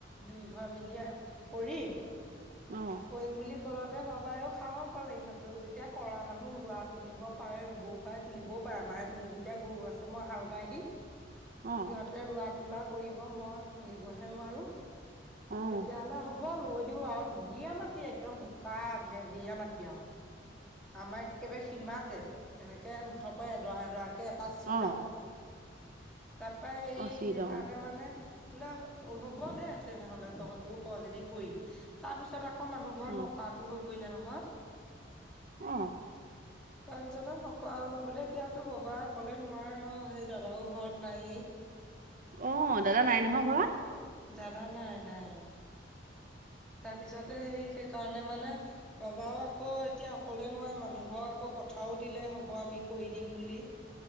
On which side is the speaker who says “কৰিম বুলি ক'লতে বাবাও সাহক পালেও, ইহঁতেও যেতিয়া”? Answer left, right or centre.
Centre